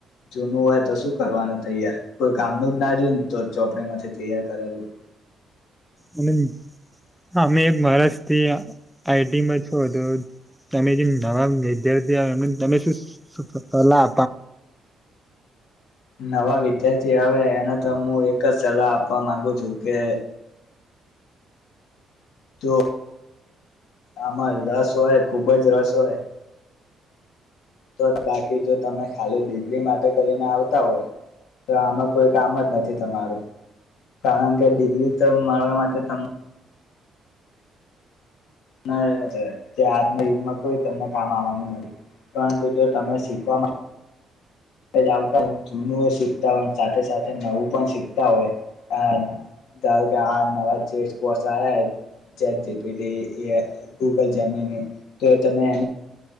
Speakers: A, on the left; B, in the centre.
A: જૂનું હોય તો શું કરવાનું? તૈયાર કોઈ કામનું જ ના રહ્યું તો ચોપડા માંથી તૈયાર કરેલું.
B: અને હા અમે <unintelligible> થિયા આઈ ટી માં છો તો તમે જે નવા વિદ્યાર્થી <unintelligible> તમે શું સલા
A: નવા વિદ્યાર્થી આવે એને તો હું એક જ સલાહ આપવા માંગુ છું કે જો આમાં રસ હોય ખુબ જ રસ હોય તો બાકી જો તમે ખાલી ડિગ્રી માટે કરીને આવતા હોય તો આમાં કોઈ કામ જ નથી તમારું કારણ કે ડિગ્રી તો મળવા માટે તમન ના જે આજના યુગમાં કોઈ તમને કામ આવવાનું નથી પરંતુ જો તમે શીખવા માં તે જ આવતા હોય જૂનું એ શીખતા હોય સાથે સાથે નવું પણ શીખતા હોય આ ધારો કે આ નવા ચેસપોટ આવ્યા હે ચેટ જી પી ટી ઇ એ ગૂગલ જેમીની તો એ તમે